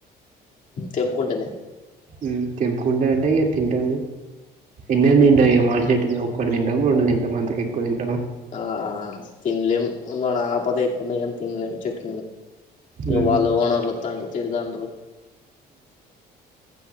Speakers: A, on the left; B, on the right.
A: తెంపుకుంటె
B: మ్ తెంపుకుంటె అంటె ఇయ తింటా ఎన్నన్న తింటం మాడి చెట్ ఒకక్క తింటం రెండు తంటాం అంత ఎక్కువ తింటము
A: ఆ తినలేం మన ఆపద ఎక్కువడా తినలేం చెట్
B: ఉమ్
A: ఇ వాళ్ళ హోనర్లత్తాండ్ర తిడదాండు